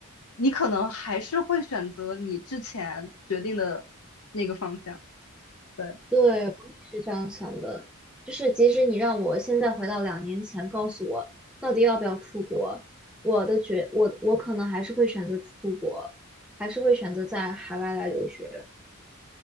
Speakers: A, on the left; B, in the centre.
A: 你可能还是会选择你之前决定的那个方向。对，
B: 对，我也是这样想的。就是即使你让我现在回到两年前，告诉我到底要不要出国，我的觉我我可能还是会选择出国，还是会选择在海外来留学。